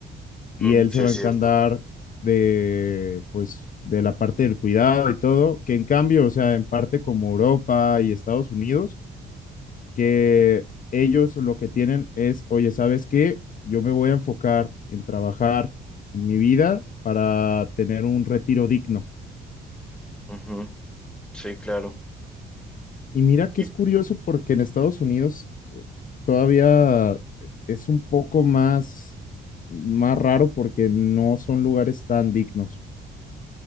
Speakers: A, in the centre; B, on the left.
A: Mm,
B: y él se
A: Sí,
B: va
A: es
B: a encantar
A: cierto.
B: de, pues, de la parte del cuidado y todo, que en cambio, o sea, en parte como Europa y Estados Unidos, que ellos lo que tienen es, oye, ¿sabes qué? Yo me voy a enfocar en trabajar mi vida para tener un retiro digno.
A: Ujú, ujú, Sí, claro.
B: Y mira
A: Y
B: que es curioso porque en Estados Unidos todavía es un poco más, más raro porque no son lugares tan dignos.